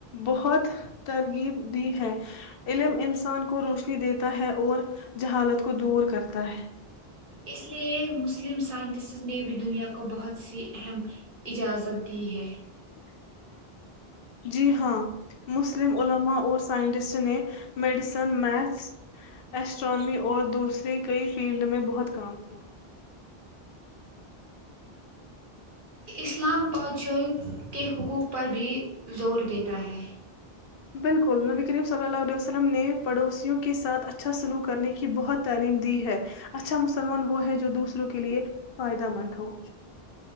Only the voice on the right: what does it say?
اس لیے مسلم سائنٹسٹ نے بھی دنیا کو بہت سی اہم اجازت دی ہے <unintelligible>
اسلام پادشاہوں کے حقوق پر بھی زور دیتا ہے <unintelligible>